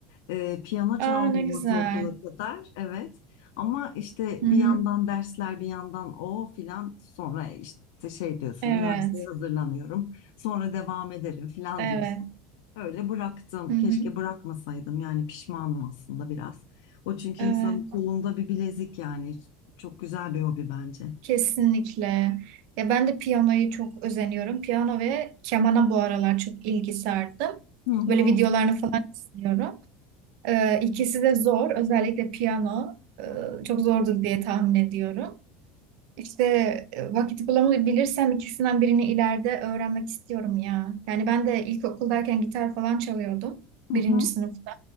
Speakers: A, on the left; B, on the right.
A: E, piyano çaldım
B: Aa ne güzel.
A: ortaokula kadar, evet. Ama işte
B: Hı
A: bir
B: hı.
A: yandan dersler, bir yandan o filan. Sonra işte şey diyorsun,
B: Evet.
A: üniversiteye hazırlanıyorum. Sonra devam ederim filan
B: Evet.
A: diyorsun. Öyle bıraktım.
B: Hı
A: Keşke
B: hı.
A: bırakmasaydım. Yani pişmanım aslında biraz. O çünkü
B: Evet.
A: insanın kolunda bir bilezik yani. Çok güzel bir hobi bence.
B: Kesinlikle. Ya ben de piyanoyu çok özeniyorum. Piyano ve kemana bu aralar çok ilgi sardım.
A: Hı hı.
B: Böyle videolarını falan izliyorum. Ee, ikisi de zor. Özellikle piyano e,
A: Hı hı.
B: çok zordur diye tahmin ediyorum. İşte e, vakit bulamabilirsem ikisinden birini ileride öğrenmek istiyorum ya. Yani ben de ilkokuldayken gitar falan çalıyordum
A: Hı
B: birinci
A: hı.
B: sınıfta.